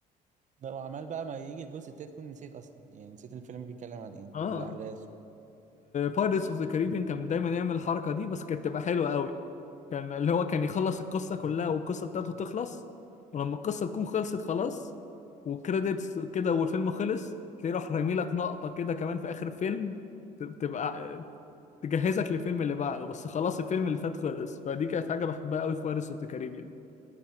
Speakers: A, on the right; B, on the left.
A: لو عمال بقى ما يجي الجزء التاني تكون نسيت اصلا يعني نسيت الفيلم بيتكلم عن ايه
B: اه
A: والاحداث و-
B: بايرتس اوف ذا كاريبيان كان دايما يعمل الحركه دي بس كانت تبقى حلوه قوي كان اللي هو كان يخلص القصه كلها والقصه بتاعته تخلص ولما القصه تكون خلصت خلاص وكريدتس كده والفيلم خلص تلاقيه راح رامي لك نقطه كده كمان في اخر الفيلم ت- تبقى تجهزك للفيلم اللي بعده بس خلاص الفيلم اللي فات خلص فدي كانت حاجه بحبها قوي في بايرتس اوف ذا كاريبيان